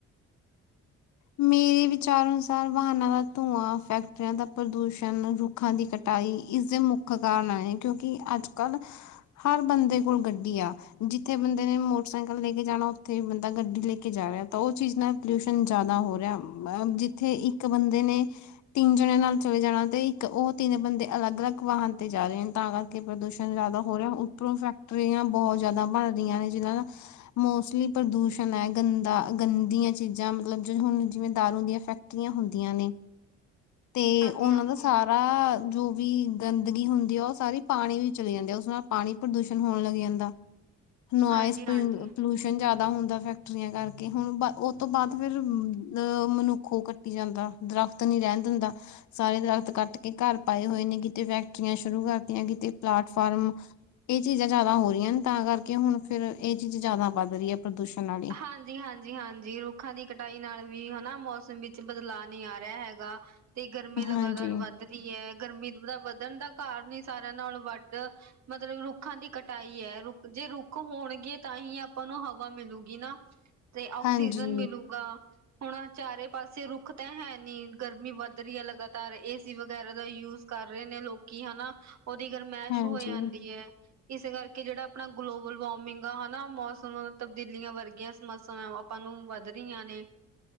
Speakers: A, on the left; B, on the right.
A: ਮੇਰੇ ਵਿਚਾਰ ਅਨੁਸਾਰ ਵਾਹਨਾਂ ਦਾ ਧੂੰਆਂ, ਫੈਕਟਰੀਆਂ ਦਾ ਪ੍ਰਦੂਸ਼ਣ ਰ ਖਾਂ ਦੀ ਕਟਾਈ ਇਸਦੇ ਮੁੱਖ ਕਾਰਨ ਆ ਇਹ ਕਿਉਂਕਿ ਅੱਜ-ਕੱਲ੍ਹ ਹਰ ਬੰਦੇ ਕੋਲ ਗੱਡੀ ਆ। ਜਿੱਥੇ ਬੰਦੇ ਨੇ ਮੋਟਰਸਾਈਕਲ ਲੈ ਕੇ ਜਾਣਾ ਉੱਥੇ ਬੰਦਾ ਗੱਡੀ ਲੈ ਕੇ ਜਾ ਰਿਆ ਤਾਂ ਉਹ ਚੀਜ਼ ਨਾਲ ਪੋਲਿਊਸ਼ਨ ਜ਼ਿਆਦਾ ਹੋ ਰਿਆ ਅਮ ਜਿੱਥੇ ਇੱਕ ਬੰਦੇ ਨੇ ਤਿੰਨ ਜਣਿਆਂ ਨਾਲ ਚਲੇ ਜਾਣਾ ਤੇ ਇੱਕ ਉਹ ਤਿੰਨ ਬੰਦੇ ਅਲੱਗ-ਅਲੱਗ ਵਾਹਨ ਤੇ ਜਾ ਰੇ ਨੇ ਤਾਂ ਕਰ ਕੇ ਪ੍ਰਦੂਸ਼ਣ ਜ਼ਿਆਦਾ ਹੋ ਰਿਹਾ ਉੱਪਰੋਂ ਫੈਕਟਰੀਆਂ ਬਹੁਤ ਜ਼ਿਆਦਾ ਬਣ ਰੀਆਂ ਨੇ ਜਿਨਾਂ ਨਾ ਮੋਸਟਲੀ ਪ੍ਰਦੂਸ਼ਣ ਹੈ ਗੰਦਾ। ਗੰਦੀਆਂ ਚੀਜ਼ਾਂ ਮਤਲਬ ਹੁਣ ਜਿਵੇਂ ਦਾਰੂ ਦੀਆਂ ਫੈਕਟਰੀਆਂ ਹੁੰਦੀਆਂ ਨੇ ਤੇ
B: ਹਾਂਜੀ-ਹਾਂਜੀ,
A: ਉਹਨਾਂ ਦਾ ਸਾਰ ਜੋ ਵੀ ਗੰਦਗੀ ਹੁੰਦੀ ਆ ਉਹ ਸਾਰੀ ਪਾਣੀ ਵੀ ਚਲੀ ਜਾਂਦੀ ਆ। ਉਸ ਨਾਲ ਪਾਣੀ ਪ੍ਰਦੂਸ਼ਣ ਹੋਣ ਲੱਗ ਜਾਂਦਾ ਨੁਇਸ
B: ਹਾਂਜੀ-ਹਾਂਜੀ।
A: ਪਲੂ ਪਲੂਸ ਜ਼ਿਆਦਾ ਹੁੰਦਾ ਫੈਕਟਰੀਆਂ ਕਰਕੇ। ਹੁਣ ਉਹ ਤੋਂ ਬਾਅਦ ਫਿਰ ਅ ਮਨੁੱਖ ਜਾਂਦਾ ਦਰਖਤ ਨੀ ਰਹਿਣ ਦਿੰਦਾ। ਸਾਰੇ ਦਰਖਤ ਕੱਟ ਕੇ ਘਰ ਪਾਏ ਹੋਏ ਨੇ ਕਿਤੇ ਫੈਕਟਰੀਆਂ ਸ਼ੁਰੂ ਕਰਤੀਆਂ ਕਿਤੇ ਪਲਾਟਫਾਰਮ। ਇਹ ਚੀਜ਼ਾਂ ਜ਼ਿਆਦਾ ਹੋ ਰੀ ਆਂ ਨੇ ਤਾਂ ਕਰਕੇ ਹੁਣ ਫਿਰ ਇਹ ਚੀਜ਼ ਜ਼ਿਆਦਾ ਵੱਧ ਰੀ ਐ ਪ੍ਰਦੂਸ਼ਣ ਨਾਲ।
B: ਹਾਂਜੀ-ਹਾਂਜੀ-ਹਾਂਜੀ ਰੁੱਖਾਂ ਦੀ ਕਟਾਈ ਨਾਲ ਵੀ ਹਨਾ ਮੌਸਮ ਵਿੱਚ ਬਦਲਾਅ ਨੀ ਆ ਰਿਆ ਹੈਗਾ। ਤੇ ਗਰਮੀ
A: ਹਾਂਜੀ,
B: ਲਗਾਤਾਰ ਵੱਧ ਰਹੀ ਐ। ਗਰਮੀ ਦਾ ਵੱਧਣ ਦਾ ਕਾਰਨ ਈ ਸਾਰਿਆਂ ਨਾਲੋਂ ਵੱਧ ਮਤਲਬ ਰੁੱਖਾਂ ਦੀ ਕਟਾਈ ਐ ਰੁੱਖ ਜੇ ਰੁੱਖ ਹੋਣਗੇ ਤਾਂ ਹੀ ਆਪਾਂ ਨੂੰ ਹਵਾ ਮਿਲੂਗੀ। ਗੀ ਨਾ ਤੇ ਆਕਸੀਜਨ
A: ਹਾਂਜੀ,
B: ਮਿਲੂਗਾ। ਹੁਣ ਚਾਰੇ ਪਾਸੇ ਰੁੱਖ ਤਾਂ ਹੈ ਨੀ, ਗਰਮੀ ਵੱਧ ਰੀਆ ਲਗਾਤਾਰ ਏਸੀ ਵਗੈਰਾ ਦਾ ਯੂਜ ਕਰ ਰੇ ਨੇ ਲੋਕੀ ਹਨਾ ਉਹਦੀ ਗਰਮਾਇਸ਼
A: ਹਾਂਜੀ।
B: ਹੋ ਜਾਂਦੀ ਐ। ਇਸੇ ਕਰਕੇ ਜਿਹੜਾ ਆਪਣਾ ਗਲੋਬਲ ਵਾਰਮਿੰਗ ਆ ਹਨਾ ਮੌਸਮ ਤਬਦੀ ਲੀਆਂ ਵਰਗੀਆਂ ਸਮੱਸਿਆਵਾਂ ਆਪਾਂ ਨੂੰ ਵੱਧ ਰੀਆਂ ਨੇ।